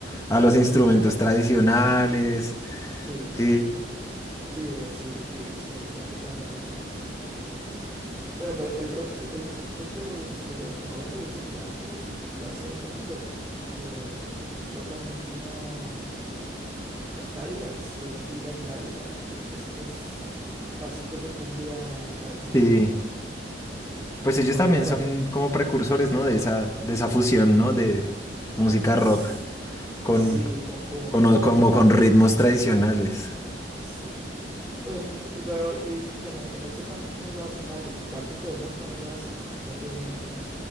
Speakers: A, on the left (about 20°); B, on the right (about 20°).
A: a los instrumentos tradicionales.
B: Sí,
A: Sí,
B: sí, re, sí, sí, sí, se está aplicando mucho, se está, se está haciendo. Bueno, pero el rock, el rock de los, de los 90 y 80 creo que lo hacían un poquito, eh, el rock argentino. Los Cadillacs le metían la, la- estos pasitos de cumbia argentina,
A: sí.
B: mm,
A: Pues ellos
B: por
A: también
B: ahí el cual,
A: son como precursores, ¿no? De esa, de esa fusión, ¿no? De música
B: s-
A: rock con,
B: sí, con cumbia
A: con, o-
B: y
A: como
B: con,
A: con ritmos tradicionales.
B: sí. Oye, m- pero y, bueno, en el sur también lo hacen varios, el Cuarteto de Nos también lo hace, meten,